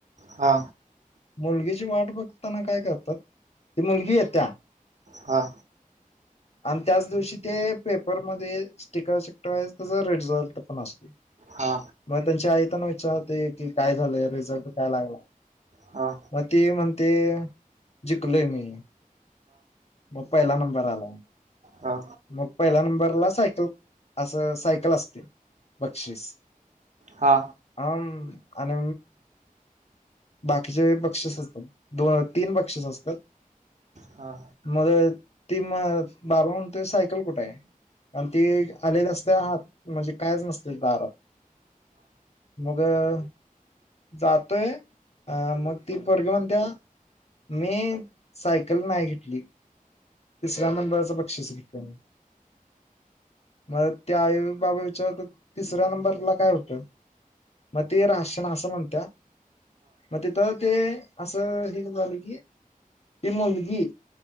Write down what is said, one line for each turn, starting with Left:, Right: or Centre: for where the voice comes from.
Right: हा
Left: मुलगीची वाट बघताना काय करतात, ती मुलगी येत्या
Right: हा
Left: आन त्याच दिवशी ते पेपरमध्ये स्टिकर चिटकवाय तसं रिझोल्ट पण असतो.
Right: हा
Left: म त्यांच्या आई त्यांना विचार होतय, की काय झालंय, रिझल्ट काय लागला?
Right: हा.
Left: म ती म्हणतेय जिकलोय मी म पहिला नंबर आलाय.
Right: हा.
Left: म पहिल्या नंबरला सायकल असं सायकल असते बक्षिस.
Right: हा.
Left: अम्म आणि बाकीचे बक्षिस असतं. दोन तीन बक्षिस असतात.
Right: हा.
Left: मगं ती म बाबा म्हणतोय सायकल कुठे आहे आणि ती आलेल्या असत्या हात म्हणजे कायच नसते दारात मगं जातोय अ मग ती पोरगी म्हणतेया मी सायकल नाय घेतली तिसऱ्या नंबरचा बक्षीस घेतल्या मी. मला त्या आई व बाबा विचारतात तिसऱ्या नंबरला काय होतं म ते राशन असं म्हणत्या म तिथ ते असं हे झालं की ती मुलगी